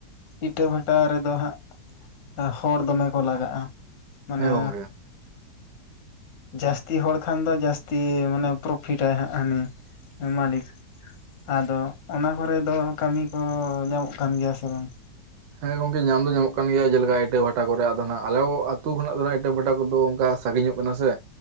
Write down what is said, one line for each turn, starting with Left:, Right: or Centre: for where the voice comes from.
Left: ᱤᱴᱟᱹ ᱵᱷᱟᱴᱟ ᱨᱮᱫᱚ ᱦᱟᱸᱜ ᱦᱚᱲ ᱫᱚᱢᱮ ᱠᱚ ᱞᱟᱜᱟᱜᱼᱟ ᱢᱟᱱᱮ
Right: ᱦᱮᱸ ᱜᱚᱝᱠᱮ <inaudible>
Left: ᱡᱟᱹᱥᱛᱤ ᱦᱚᱲ ᱠᱷᱟᱱ ᱫᱚ ᱡᱟᱹᱥᱛᱤ ᱢᱟᱱᱮ ᱯᱨᱚᱯᱷᱤᱴᱟᱭ ᱦᱟᱸᱜ ᱦᱟᱹᱱᱤ ᱢᱟᱹᱞᱤᱠ ᱟᱫᱚ ᱚᱱᱟ ᱠᱚᱨᱮ ᱫᱚ ᱠᱟᱹᱢᱤ ᱠᱚ ᱧᱟᱢᱚᱜ ᱠᱟᱱ ᱜᱮᱭᱟ ᱥᱮ ᱵᱟᱝ
Right: ᱦᱮᱸ ᱜᱚᱝᱠᱮ ᱧᱟᱢ ᱫᱚ ᱧᱟᱢᱚᱜ ᱠᱟᱱ ᱜᱮᱭᱟ ᱡᱮᱞᱮᱠᱟ ᱤᱴᱟᱹ ᱵᱷᱟᱴᱟ ᱠᱚᱨᱮ ᱫᱚ ᱱᱟᱜ ᱟᱞᱮ ᱟᱛᱩ ᱠᱷᱚᱱᱟᱜ ᱫᱚ ᱱᱟᱜ ᱤᱴᱟᱹ ᱵᱷᱟᱴᱟ ᱠᱚᱫᱚ ᱚᱱᱠᱟ ᱥᱟᱺᱜᱤᱧᱚᱜ ᱠᱟᱱᱟ ᱥᱮ